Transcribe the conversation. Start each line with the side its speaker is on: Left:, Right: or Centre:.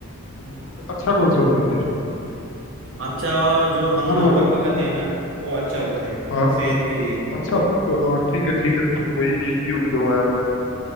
Left: वो- अच्छा कौन सा होता है टेस्ट
Right: अच्छा जो हम
Left: हर
Right: घर
Left: वाला
Right: पर पकाते हैं ना वो अच्छा होता है
Left: हाँ
Right: सेहत के लिए
Left: अच्छा तो हाँ ठीक है ठीक है तो फिर वही यही यूज करूंगा यार मैं